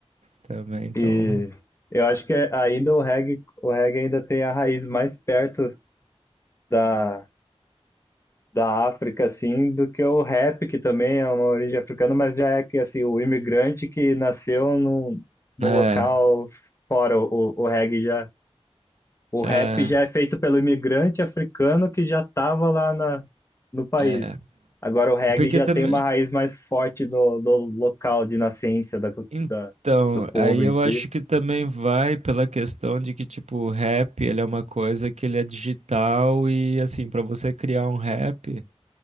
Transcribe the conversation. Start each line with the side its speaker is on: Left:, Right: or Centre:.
Right: Também, então.
Left: E eu acho que ainda o reggae, o reggae ainda tem a raiz mais perto da, da África, assim, do que o rap, que também é uma origem africana, mas já é que, assim, o imigrante que nasceu num, num
Right: É,
Left: local fora, o, o reggae já... O rap
Right: é,
Left: já é feito pelo imigrante africano que já estava lá na, no país.
Right: é.
Left: Agora o reggae
Right: Porque
Left: já
Right: também.
Left: tem uma raiz mais forte do, do local de nascença da, cu-
Right: Então,
Left: da- do povo
Right: aí eu
Left: em si.
Right: acho que também vai pela questão de que, tipo, o rap, ele é uma coisa que ele é digital e, assim, pra você criar um rap,